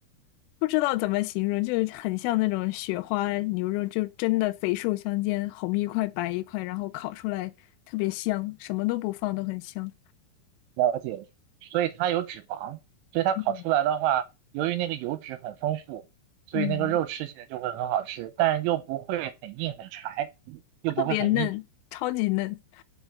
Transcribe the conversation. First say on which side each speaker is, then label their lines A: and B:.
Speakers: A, on the left (about 80°); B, on the right (about 80°).
A: 不知道怎么形容，就很像那种雪花牛肉，就真的肥瘦相间，红一块白一块，然后烤出来特别香，什么都不放都很香。
B: 了解了。所以它有脂肪，所以它烤出来的话，
A: 嗯
B: 由于那个油脂很丰富，所以那个肉吃起来就会很好吃，
A: 嗯，
B: 但又不会很硬很柴，又不会很腻。
A: 特别嫩，超级嫩。